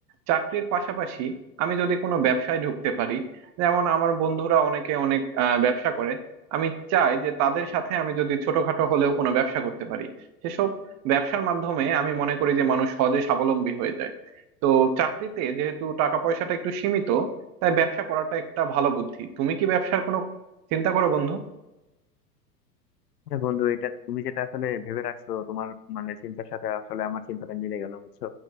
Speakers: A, on the right; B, on the left.
A: চাকরির পাশাপাশি আমি যদি কোনো ব্যবসায় ঢুকতে পারি যেমন আমার বন্ধুরা অনেকে অনেক আহ, ব্যবসা করে আমি চাই যে তাদের সাথে আমি যদি ছোটখাটো হলেও কোনো ব্যবসা করতে পারি সেসব ব্যবসার মাধ্যমে আমি মনে করি যে মানুষ সহজে স্বাবলম্বী হয়ে যায় তো চাকরিতে যেহেতু টাকা পয়সাটা একটু সীমিত তাই ব্যবসা করাটা একটা ভালো বুদ্ধি তুমি কি ব্যবসার কোনো চিন্তা করো বন্ধু
B: হ্যাঁ বন্ধু এটা তুমি যেটা আসলে ভেবে রাখছো তোমার মানে চিন্তার সাথে আসলে আমার চিন্তাটা মিলে গেল বুঝছো